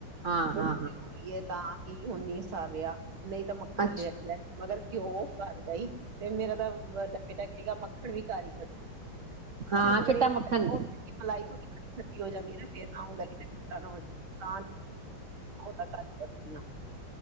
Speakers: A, on the right (about 50°); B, on the right (about 80°).
A: ਹਾਂ-ਹਾਂ,
B: ਲੀਏ ਤਾਂ ਕਿ ਹੁਣ ਨੀ ਸਰਿਆ ਨਹੀਂ ਤਾਂ ਮੱਖਣ
A: ਅੱਛਾ
B: ਲਿਆਦਾ ਮਗਰ ਘਿਓ ਕਰਦਾ ਹੀ ਤੇ ਮੇਰਾ ਤਾਂ ਵੱਡਾ ਬੇਟਾ ਕਹੇਗਾ, ਮੱਖਣ ਵੀ ਘਰ ਹੀ ਕੱਢੋ ਮੱਖਣ
A: ਹਾਂ
B: ਦਾ ਮਗਰ
A: ਚਿੱਟਾ
B: ਇਹ ਉਹ
A: ਮੱਖਣ
B: ਮਲਾਈ ਥੋੜੀ ਖੱਟੀ-ਖੱਟੀ ਹੋ ਜਾਂਦੀ ਹੈ ਨਾ ਫੇਰ ਤਾਂ ਹੁੰਦਾ ਕਿ ਖੱਟਾ ਨਾ ਹੋਜੇ ਤਾਂ ਦਾ ਘਰ ਹੀ ਕੱਢਦੀ ਹਾਂ